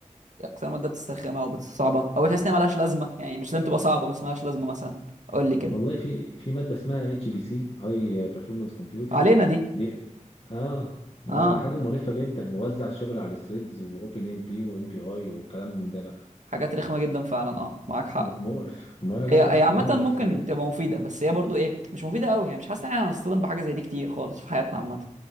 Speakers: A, on the right (about 70°); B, on the left (about 50°).
A: إيه اكتر ماده بتسترخمها او بتصعبها او بتحس انها ملهاش لازمه يعني مش لازم تبقى صعبه بس ملهاش لازمه مثلا قول لي كده
B: والله في في ماده اسمها اتش بي سي هاي بيرفورمانس كومبيوتنج
A: علينا دي
B: دي اه آه،
A: اه
B: حاجه مقرفه جدا موزع الشغل على ثريدز واوبن ام بي وام بي اي وكلام من ده بقى
A: حاجات رخمه جدا فعلا اه معاك حق
B: م- مقرف ما لا
A: هي
B: لا
A: هي عامه
B: مقرف
A: ممكن
B: جدا
A: تبقى مفيده بس هي برضو ايه مش مفيده قوي يعني مش حاسس ان احنا هنصطدم بحاجه زي دي كتير خالص في حياتنا عامه